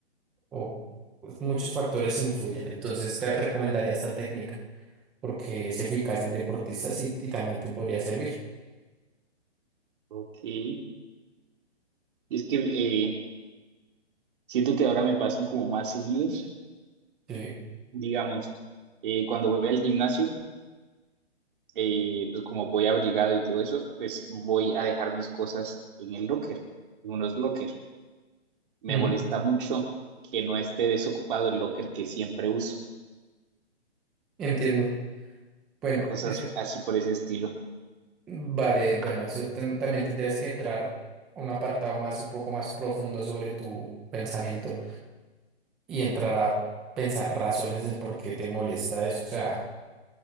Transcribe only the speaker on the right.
Ok. Y es que eh, siento que ahora me pasan como más seguidos,
digamos, eh, cuando voy al gimnasio. eh, pues como voy abrigado y todo eso, pues voy a dejar mis cosas en el locker, en unos locker. Me
molesta mucho que no esté desocupado el locker que siempre uso,
cosas
así por ese estilo.